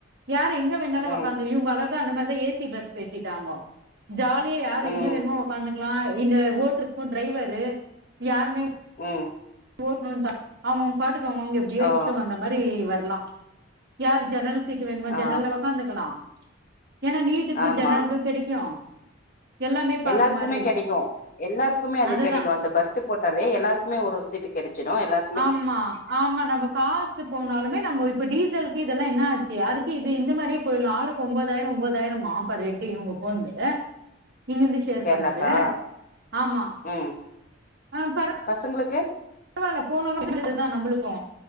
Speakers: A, on the right (about 60°); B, on the left (about 45°).
A: யாரு எங்க வேணாலு
B: ம்
A: ஒக்காந்து இவுங்கள அந்த மாரிதா ஏ சி பஸ் பேசிட்டாங்கோ ஜாலியா யாரு
B: ம்
A: எங்க வேண்மோ ஒக்காந்துக் லா இந்த ஓட்டுருக்கு ட்ரைவரு யாருமே
B: ம்
A: ஓட்ணுந்தா அவுங்கவுங்க பாட்டுக்கு அவங்கவுங்க எப்டியோ
B: ஓ
A: இஷ்டம் வந்த மாரி வர்லா யார் ஜன்னலு சீட்டு வேணுமோ
B: ஆ
A: ஜன்னல்ல உக்காந்துக்கலா ஏனா நீட்டுக்கு
B: ஆமா
A: ஜன்னல்து கெடைக்கு எல்லாமே பாத்த
B: எல்லாருக்குமே
A: மாரி இருக்கு
B: கெடைக்கு எல்லாருக்குமே அது
A: அதுதா
B: கெடைக்கு அந்த பர்த் து போட்டாலே எல்லாருக்குமே ஒரு ஒரு சீட்டு கெடைச்சிடு எல்லா
A: ஆம்மா ஆமா நம்ம கா சு போனாலுமே நம்போ இப்ப டீசலுக்கு இதல்லா என்ன ஆச்சு அதுக்கு இது இந்த மாரியே போய்ட்லா ஆளுக்கு ஒம்பதாயிர ஒம்பதாயிரமா ஃபார் ஹெட்டு இவுங்க போன்து அ இங்கிருந்து ஷேர்
B: கேரளாக்கா
A: பண்ணது ஆமா
B: ம்
A: அ பர
B: பசங்களுக்கு
A: வால்ல போனாலு இதுதா நம்புளுக்கு